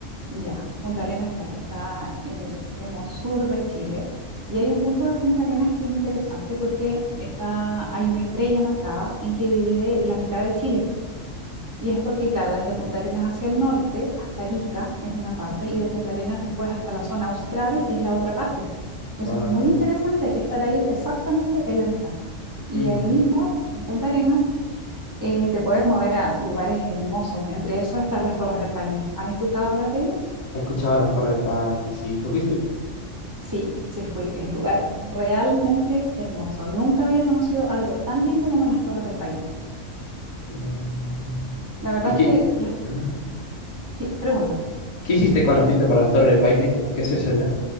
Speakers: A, on the right; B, on the left.
A: Ya, Punta Arenas, claro, está en el extremo sur de Chile. Y hay un punto de Punta Arenas que es interesante porque está, hay una estrella marcada en que divide la mitad de Chile. Y es porque, claro, desde Punta Arenas hacia el norte, hasta Arica es una parte, y de Punta Arenas después hasta la zona austral es la otra parte. Eso
B: Wow.
A: es muy interesante, estar ahí exactamente en la mitad. Y
B: Mm.
A: ahí mismo, en Punta Arenas, eh, te puedes mover a lugares hermosos. Entre esos están las Torres del Paine. ¿Has escuchado hablar de ellas?
B: He escuchado las Torres de Paine. Sí, ¿tú fuiste?
A: Sí, sí fui. Es un lugar realmente hermoso. Nunca había conocido algo tan lindo como las Torres del Paine.
B: Mm.
A: La verdad
B: ¿Y
A: es
B: qué,
A: que las...
B: ajá.
A: Sí, pregúntame.
B: ¿Qué hiciste cuando fuiste para las Torres del Paine? Como, ¿qué haces allá?